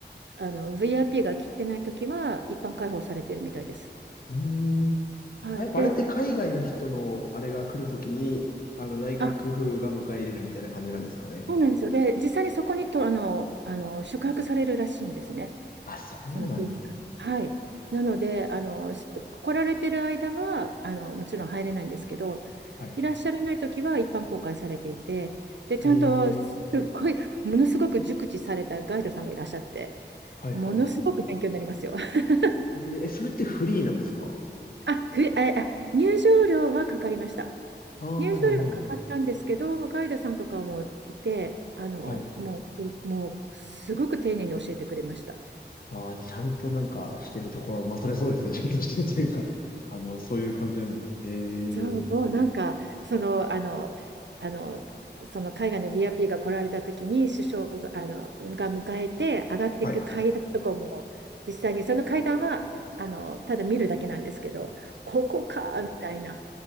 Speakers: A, on the right; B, on the left.
A: あの、VIP が切ってないときは、一般開放されてるみたいです。
B: うーん。
A: はい。
B: あ、やっぱあれって海外の人のあれが来るときに、
A: で、
B: あの、内閣府が迎え入れるみたいな感じなんですかね。
A: あ、そうなんですよ。で、実際にそこにと、あの、あの、宿泊されるらしいんですね。
B: あ、そうなんで。
A: その製品館。はい。なので、あの、し来られてる間は、あの、もちろん入れないんですけど、
B: はい。
A: いらっしゃらない時は一般公開されていて、で、ちゃんと、
B: ええ
A: すっごい、ものすごく熟知されたガイドさんがいらっしゃって、
B: はいはいは
A: ものすごく勉強になりますよ。<laughs>
B: い。えーえそれってフリーなんですか
A: あ、ふれ、あ、あ入場料はかかりました。
B: ああー、
A: 入場料かかったんですけど、
B: なるほど、なるほど。
A: ガイドさんとかもいて、あの、
B: はい。
A: もう、すもう、すごく丁寧に教えてくれました。
B: ああ、じゃあちゃんとなんかしてるところ、まあ、それそうですね。ちゃんとしてるというか、あの、そういう感じなんですね。へえ。
A: そう、もうなんか、その、あの、あの、その海外の VIP が来られた時に首相が、あの、が迎えて上がっていく階段とかも実際にその階段はあのただ見るだけなんですけどここかみたいな
B: はい。